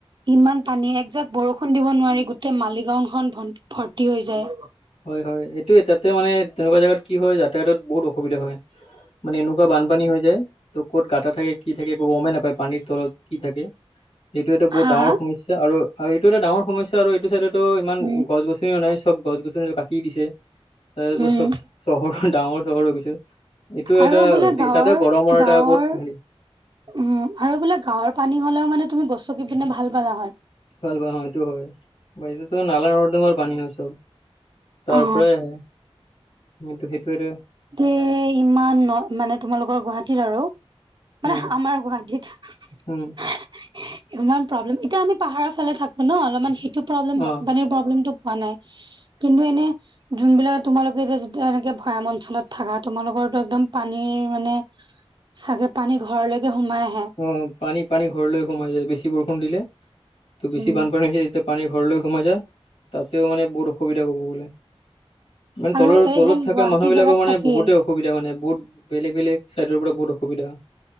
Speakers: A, on the right (about 50°); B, on the left (about 90°).
A: ইমান পানী একজাক বৰষুণ দিব নোৱাৰি গোটেই মালিগওনখনন ভৰ্তি হৈ যায়।
B: হয়, হয় এইটোয় এ তাতে মানে তেনেকুৱা জোগাত কি হয় যাতায়াতত বহুত অসুবিধা হয়। মানে এনেকুৱা বানপানী হৈ যায়। ত' ক'ত গাটা থাকে কি থাকে গমেই নাপায় পানীৰ তলত কি থাকে। এইটো এটা বহুত
A: হা
B: ডাঙৰ
A: হা
B: সমস্যয়া আৰু এইটো এটা ডাঙৰ সমস্যা আৰু এইটো চাইডতো ইমান
A: উম
B: গছ-গছনি। সেই কাৰণে নাই চব গছ গছনি কাটি দিছে তাৰতো
A: উম
B: চ'ব চহৰ ডাঙৰ চহৰ হৈ গৈছ। এইটো
A: আৰু
B: এটা
A: বোলে গাঁৱৰ
B: তাতে গৰমৰ
A: গাঁৱৰ
B: এটা বহুত হেৰি।
A: উম, আৰু বুলে গাওঁৰ পানী হলেওঁ তুমি মানে গচকি পিনে ভাল পালা হয়।
B: ভাল ব হয় এইটো হয়। বা এইটোতো নালা নৰ্দমাৰ পানী হৈছে, তাৰপৰাই
A: অ
B: আহে। টো, সেইটোৱে টো।
A: দেই ইমান ন' মানে তোমালোকৰ গুৱাহাটীত আৰু। মানে
B: উম
A: আমাৰ গুৱাহাটীত
B: উম
A: ইমান প্ৰব্লেম এতিয়া আমি পাহাৰৰ ফালে থাকো ন অলপমান সেইটো প্ৰব্লেম
B: অ
A: বানপানীৰ প্ৰব্লেমটো পোৱা নাই। কিন্তু এনে যোনবিলাক তোমালোকে এতিয়া যেতিয়া এনেকে ভৈয়াম অঞ্চলত থাকা তোমালোকৰো একদম পানীৰ মানে চাগে পানী ঘৰলৈকে সোমাই আহে।
B: অ, পানী, পানী ঘৰলৈ সোমাই যায় বেছি বৰষুণ দিলে ত' বেছি
A: উম
B: বানপানী হৈছে তেতিয়া পানী ঘৰলৈ সোমাই যা তাতেও মানে বহুত অসুবিধা হ'ব বোলে। মানে
A: আৰু
B: তলৰ,
A: এই
B: তলত
A: হেন
B: থকা
A: গুৱাহাটী
B: মানুহ বিলাকৰ
A: জেগাত
B: মানে
A: থাকি
B: বহুতেও অসুবিধা মানে বহুত বেলেগ, বেলেগ চাইডৰ পৰা বহুত অসুবিধা